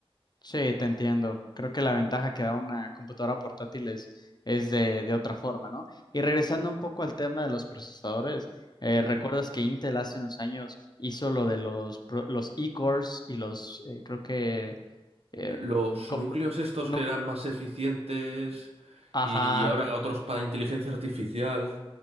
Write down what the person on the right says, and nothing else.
Ujú.
Los
núcleos estos
que eran más eficientes
y ahora otros para inteligencia artificial,